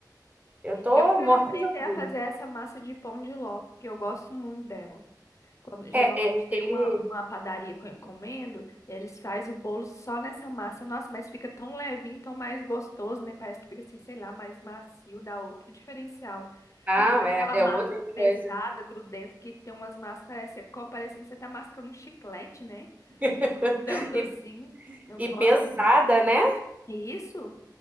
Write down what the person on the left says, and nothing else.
Eu quero
aprender
a fazer essa massa de pão de ló, porque eu gosto muito dela. Quando, geralmente
tem
uma, uma padaria que eu encomendo, eles fazem o bolo só nessa massa. Nossa, mas fica tão levinho, tão mais gostoso, né? Parece que fica assim, sei lá, mais macio, dá outro diferencial.
Não fica aquela
massa
pesada,
grudenta, que tem umas massas, parece que você come, parecendo que você tá mascando um chiclete, né?
Fica grudando
assim. Eu não
gosto.
É Isso?